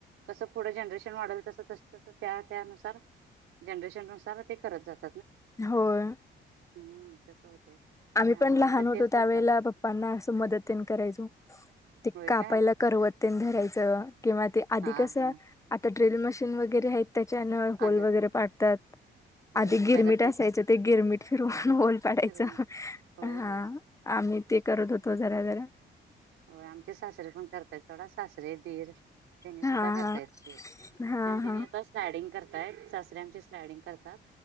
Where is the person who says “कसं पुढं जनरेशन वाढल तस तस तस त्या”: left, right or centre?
Right